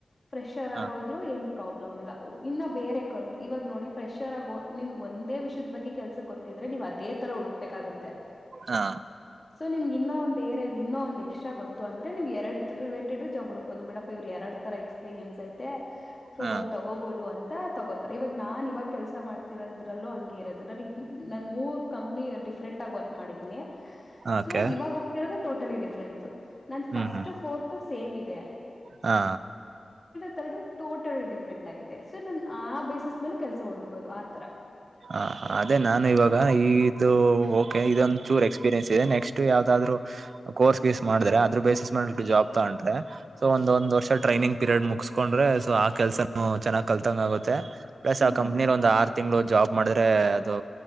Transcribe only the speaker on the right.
ಹಾ
ಹಾ
ಹಾ
ಓಕೆ
ಹ್ಮ್
ಹ್ಮ್
ಹಾ
ಹ ಅದೇ ನಾನು ಇವಾಗ ಈದು ಓಕೆ ಇದೊಂದು ಚೂ ಎಕ್ಸ್ಪೀರಿಯನ್ಸ್ ಇದೆ ನೆಸ್ಟ್ ಯಾವದಾದ್ರು ಕೋರ್ಸ್ ಸ್ ಮಾಡಿದ್ರೆ ಅದ್ರ ಬೇಸಿಸ್ ಮಾಡ ಜಾಬ್ ತಗಟ್ರೆ ಸೊ ಒಂದು ಒಂದು ವರ್ಷ ಟ್ರೈನಿಂಗ್ ಪಿರಿಯಡ್ ಮುಗಸ್ಕೊಂಡ್ರೆ ಸೊ ಆ ಕೆಲ್ಸನು ಚೆನ್ನಾಗ್ ಕಲ್ತಂಗ ಆಗುತ್ತೆ ಪ್ಲಸ್
ಆ ಕಂಪ್ನಿರ್ ಒಂದು ಆರ್ ತಿಂಗಳು ಜಾಬ್ ಮಾಡಿದ್ರೆ ಅದು